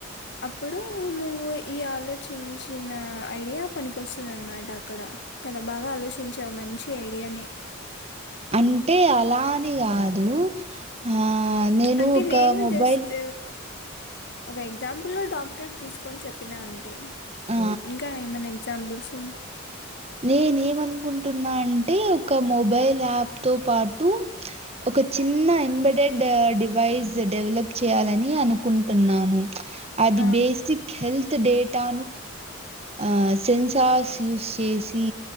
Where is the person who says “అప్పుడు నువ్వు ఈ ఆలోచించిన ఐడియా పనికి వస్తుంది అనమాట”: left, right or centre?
Left